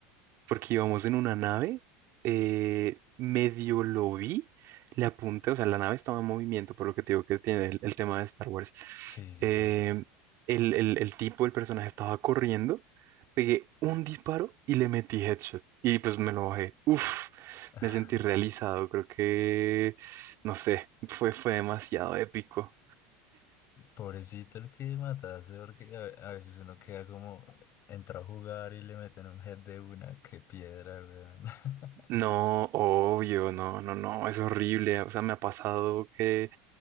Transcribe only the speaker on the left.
Sí, sí,
sí.
<laughs>
Pobrecito el que mataste, porque a, a veces uno queda como, entra a jugar y le meten un head de una, qué piedra, weón. <laughs>